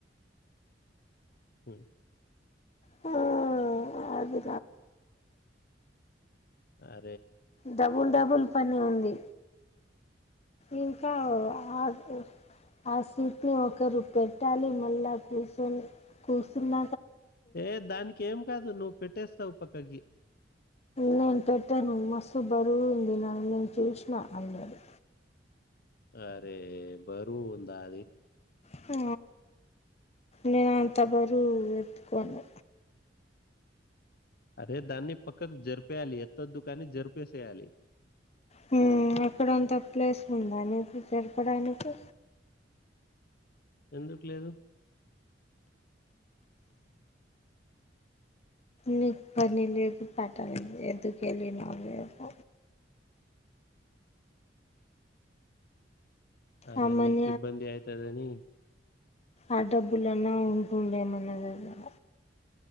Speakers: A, on the left; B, on the left.
A: హు
B: హమ్
A: ఆ
B: డబుల్ డబుల్ పని ఉంది ఈ ఆగు ఆ సూట్ని ఒకరు పెట్టాలి మళ్ళా కూసోని కూసున్న
A: ఏ దానికి ఏం కాదు నువు పెట్టేస్తావు పక్కకి
B: నేను పెట్టాను మస్సు బరువు ఉంది నని నేను చూసిన అన్నాడు
A: అరే బరుందాది
B: హా నేను అంత బరువెంతుకోను
A: అరే దాన్ని పక్కకు జరిపేయాలి ఎంతో దుః కానీ జరిపేసేయాలి
B: హు అక్కడంత ప్లేస్ ఉందా నీది జరపడానికి
A: ఎందుకు లేదు
B: నీకు పని లేదు పాటలేదు ఎందుకు ఏలిన్నావ్ లేపు
A: అరే
B: అమన
A: నీకు ఇబ్బంది అయితదని
B: ఆ డబ్బులున్నా ఉంటుండే మన దగ్గర